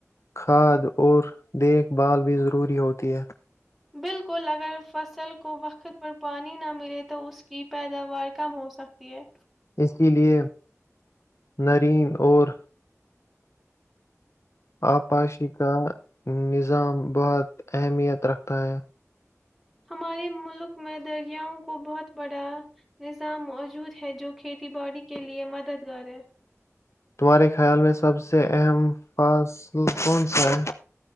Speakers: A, on the left; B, in the centre.
A: کھاد اور دیکھ بھال بھی ضروری ہوتی ہے
B: بالکل اگر فصل کو وقت پر پانی نہ ملے تو اس کی پیداوار کم ہو سکتی ہے
A: اسی لیے نرین اور آپاشی کا نظام بہت اہمیت رکھتا ہے
B: ہمارے ملک میں دریاؤوں کو بہت بڑا نظام موجود ہے جو کھیتی باڑی کے لیے مددگار ہے
A: تمہارے خیال میں سب سے اہم فاصل کون سا ہے